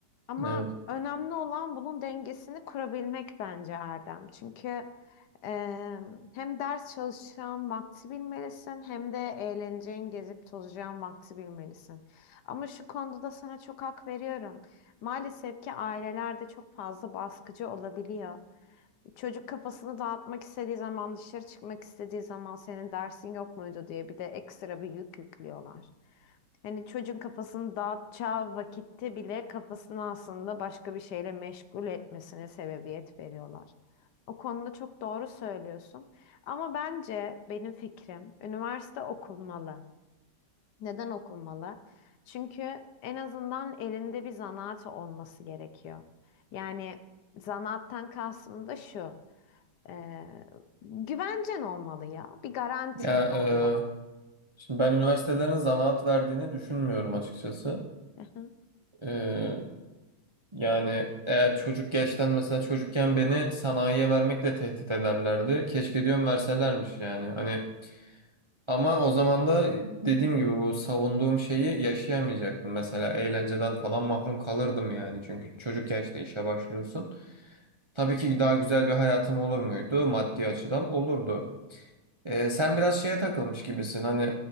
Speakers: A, on the left (about 75°); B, on the right (about 30°).
A: Ama
B: Evet.
A: önemli olan bunun dengesini kurabilmek bence Erdem. Çünkü eee, hem ders çalışacağın vakti bilmelisin hem de eğleneceğin, gezip tozacağın vakti bilmelisin. Ama şu konuda da sana çok hak veriyorum. Maalesef ki ailelerde çok fazla baskıcı olabiliyor. Çocuk kafasını dağıtmak istediği zaman, dışarı çıkmak istediği zaman senin dersin yok muydu diye bir de ekstra bir yük yüklüyorlar. Hani çocuğun kafasını dağıtacağı vakitte bile kafasını aslında başka bir şeyle meşgul etmesine sebebiyet veriyorlar. O konuda çok doğru söylüyorsun. Ama bence benim fikrim üniversite okunmalı. Neden okunmalı? Çünkü en azından elinde bir zanaat olması gerekiyor. Yani zanaattan kastım da şu. Ee, güvencen olmalı ya. Bir garantin
B: Ya e,
A: olmalı.
B: şimdi ben üniversitelerin zanaat verdiğini düşünmüyorum açıkçası.
A: Aha.
B: E, Yani eğer çocuk yaştan mesela çocukken beni sanayiye vermekle tehdit ederlerdi. Keşke diyorum verselermiş yani. Hani ama o zaman da dediğim gibi bu savunduğum şeyi yaşayamayacaktım. Mesela eğlenceden falan mahrum kalırdım yani. Çünkü çocuk yaşta işe başlıyorsun. Tabii ki daha güzel bir hayatım olur muydu? Maddi açıdan olurdu. Ee, sen biraz şeye takılmış gibisin. Hani